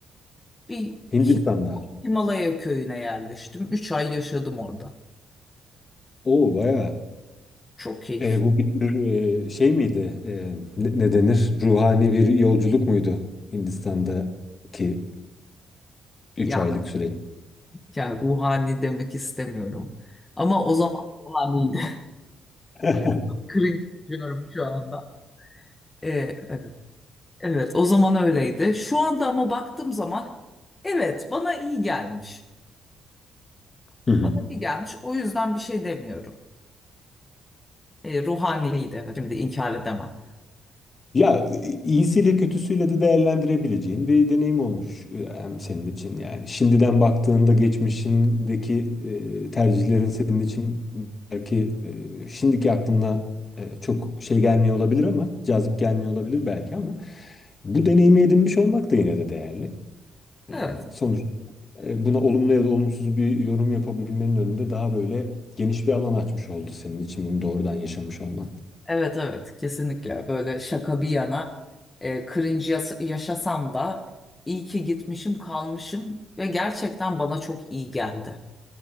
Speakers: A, on the left; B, on the left.
A: Bir
B: Hindistan'da.
A: Himalaya köyüne yerleştim. Üç ay yaşadım orada.
B: Oo bayağı.
A: Çok keyif.
B: E, bu bir tür e, şey miydi? E, ne, ne denir? Ruhani bir yolculuk muydu Hindistan'daki 3
A: Ya,
B: aylık süreç?
A: ya ruhani demek istemiyorum. Ama o zaman ruhaniydi.
B: <laughs>
A: <laughs> Cringe diyorum şu anda. Ee, evet. Evet, o zaman öyleydi. Şu anda ama baktığım zaman evet bana iyi gelmiş.
B: Hı hı.
A: Bana iyi gelmiş. O yüzden bir şey demiyorum. e, ruhaniydi. evet. Şimdi inkar edemem.
B: Ya iyisiyle kötüsüyle de değerlendirebileceğin bir deneyim olmuş e, hem senin için yani. Şimdiden baktığında geçmişindeki e, tercihlerin senin için belki e, şimdiki aklına e, çok şey gelmiyor olabilir ama cazip gelmiyor olabilir belki ama bu deneyimi edinmiş olmak da yine de değerli. E,
A: Evet.
B: sonuç e, buna olumlu ya da olumsuz bir yorum yapabilmenin önünde daha böyle geniş bir alan açmış oldu senin için bunu doğrudan yaşamış olman.
A: Evet evet kesinlikle böyle şaka bir yana e, cringe yas- yaşasam da iyi ki gitmişim kalmışım ve gerçekten bana çok iyi geldi.